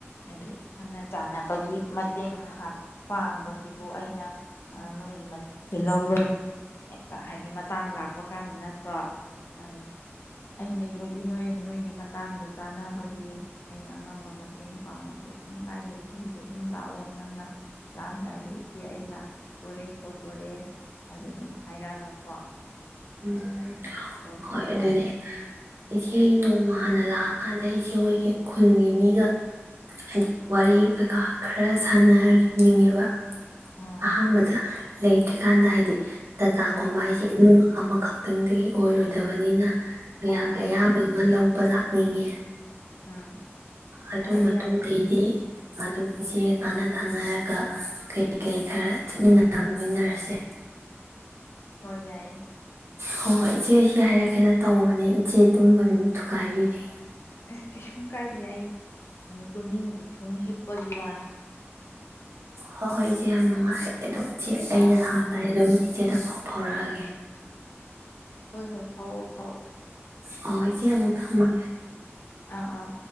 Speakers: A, on the left (about 65°); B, on the right (about 70°).
A: ꯍꯥꯏꯗꯤ ꯈꯪꯅ ꯆꯥꯟꯅꯕꯒꯤ ꯃꯇꯦꯡ ꯉꯍꯥꯛ ꯄꯥꯡꯕꯁꯤꯕꯨ ꯑꯩꯅ ꯅꯣꯏꯒꯤ ꯃꯇꯅꯤ ꯍꯥꯏꯗꯤ ꯃꯇꯥꯡ ꯂꯥꯛꯄ ꯀꯥꯟꯗ ꯅꯠꯇ꯭ꯔꯣ ꯑ ꯑ ꯂꯩꯕ ꯒꯤ ꯅꯣꯏ ꯅꯣꯏꯒꯤ ꯃꯇꯥꯡꯗꯣ ꯆꯥꯟꯅꯕꯒꯤ ꯑꯩꯅ ꯑꯉꯝꯕ ꯃꯇꯦꯡ ꯄꯥꯡꯕ ꯀꯩꯁꯨꯝ ꯀꯥꯏꯗꯦ ꯁꯤꯕꯨꯗꯤ ꯑꯗꯨꯝ ꯂꯥꯛꯑꯣ ꯅꯪꯅ ꯂꯥꯛꯑꯝꯗꯥꯏꯗꯣ ꯏꯆꯦ ꯑꯩ ꯂꯥꯛꯇꯣꯔꯦ ꯈꯣꯠꯇꯣꯔꯦ ꯍꯥꯏꯗꯣ ꯑꯗꯨꯝ ꯍꯥꯏꯔꯛꯑꯒꯀꯣ
B: ꯎꯝ
A: ꯅꯪꯒꯤꯗꯣ ꯑꯗꯨꯝ ꯇꯧꯁꯦ
B: ꯍꯣꯏ ꯑꯗꯨꯅꯦ
A: ꯌꯥꯏ
B: ꯏꯆꯦ ꯅꯣꯡꯃ ꯍꯥꯟꯅ ꯂꯥꯛꯑꯀꯥꯟꯗ ꯏꯆꯦ ꯍꯣꯏꯒꯤ ꯈꯨꯟꯒꯤ ꯃꯤꯒ ꯍꯥꯏꯗꯤ ꯋꯥꯔꯤ ꯀꯩꯀꯥ ꯈꯔ ꯁꯥꯟꯅꯅꯤꯡꯉꯦꯕ
A: ꯑꯥ
B: ꯑꯍꯕꯗ ꯂꯩꯇ꯭ꯔꯤꯀꯥꯟꯗ ꯍꯥꯏꯗꯤ ꯇꯥꯇꯥꯒꯨꯝꯕ
A: ꯑꯥ ꯑꯥ
B: ꯍꯥꯏꯁꯦ ꯑꯃꯨꯛ ꯑꯃꯈꯛꯇꯪꯗꯤ ꯑꯣꯏꯔꯣꯏꯗꯕꯅꯤꯅ ꯃꯌꯥꯝꯒꯤ
A: ꯑꯥ ꯑꯥ
B: ꯑꯌꯥꯕ ꯑꯃ ꯂꯧ ꯂꯄ ꯂꯥꯛꯅꯤꯡꯉꯦ
A: ꯎꯝ
B: ꯑꯗꯨ
A: ꯌꯥꯏꯌꯦ
B: ꯃꯇꯨꯡꯗꯩꯗꯤ
A: ꯌꯥꯏꯌꯦ
B: ꯑꯗꯨ ꯑꯗꯨꯝ ꯇꯅ ꯊꯅꯒ ꯀꯩ ꯀꯩ ꯈꯔ ꯆꯠꯃꯤꯟꯅꯃꯤꯟꯅꯔꯁꯦ
A: ꯍꯣꯏ ꯌꯥꯏꯌꯦ
B: ꯍꯣꯏ ꯍꯣꯏ ꯏꯆꯦ ꯑꯁꯤ ꯍꯥꯏꯔꯛꯀꯦꯅ ꯇꯧꯕꯅꯦ ꯏꯆꯦ ꯇꯨꯝꯕ ꯑꯗꯨꯝ ꯊꯨꯒꯥꯏꯕꯤꯔꯦ
A: ꯑꯁ ꯀꯩꯁꯨꯝ ꯀꯥꯏꯗꯦ ꯑꯩ ꯇꯨꯝꯅꯤꯡꯗꯦ ꯁꯨꯝ ꯍꯤꯞꯄꯒꯤ ꯋꯥꯅꯤ
B: ꯍꯣꯏ ꯍꯣꯏ ꯏꯆꯦ ꯌꯥꯝ ꯅꯨꯡꯉꯥꯏꯔꯦ ꯑꯗꯣ ꯁꯤ ꯑꯩꯅ
A: ꯑꯥ
B: ꯂꯥꯛꯑꯝꯗꯥꯏ
A: ꯑꯥ
B: ꯑꯗꯨꯝ ꯏꯆꯦꯗ ꯄꯥꯎ ꯐꯥꯎꯔꯛꯑꯒꯦ
A: ꯍꯣꯏ ꯍꯣꯏ ꯐꯥꯎꯔꯛꯑꯣ ꯐꯥꯎꯔꯛꯑꯣ
B: ꯍꯣꯏ ꯏꯆꯦ ꯑꯃꯨꯛ ꯊꯝꯃꯒꯦ
A: ꯑꯥ ꯑꯥ